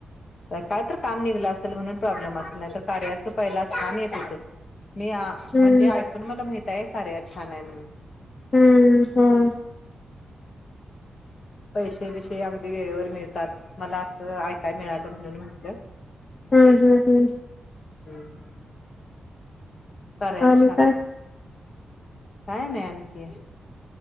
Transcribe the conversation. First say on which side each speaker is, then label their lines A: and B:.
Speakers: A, on the left; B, on the left.
A: अं काय तर काम निघलं असल म्हणून प्रॉब्लेम असनार कार्याच पहिला छान येत होत मी आ म्हणजे
B: हम्म
A: अयकून मला माहित ताई कार्या छान आहे म्हणून
B: हुं होय.
A: पैशेबिशे अगदी वेळेवर मिळतात मला असं आयकाय मिळालं म्हणून म्हंटलं.
B: हुन हुन हुन.
A: हम्म. कार्या
B: आणि
A: छान
B: काय
A: हाय. काय नाही आणखी.